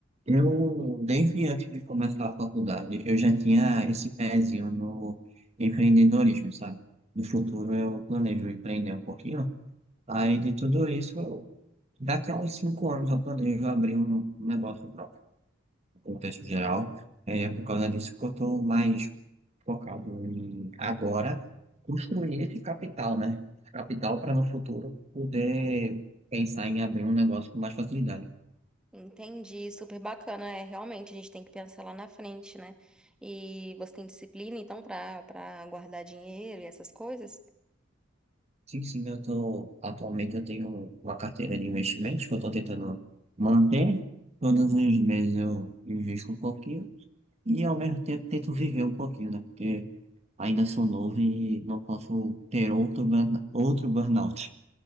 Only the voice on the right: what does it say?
Eu, desde antes de começar a faculdade, eu já tinha esse pezinho no empreendedorismo, sabe? No futuro eu planejo empreender um pouquinho. Aí de tudo isso eu Daqui a uns cinco anos eu planejo abrir um negócio próprio, no contexto geral. É é por causa disso que eu estou mais focado em agora construir esse capital, né? Esse capital para no futuro poder pensar em abrir um negócio com mais facilidade.
Sim, sim, eu tô, atualmente eu tenho uma carteira de investimentos que eu estou tentando manter. Todos os meses eu invisto um pouquinho e ao mesmo tempo tento viver um pouquinho, né? Porque ainda sou novo e não posso ter outro, burn- outro burnout.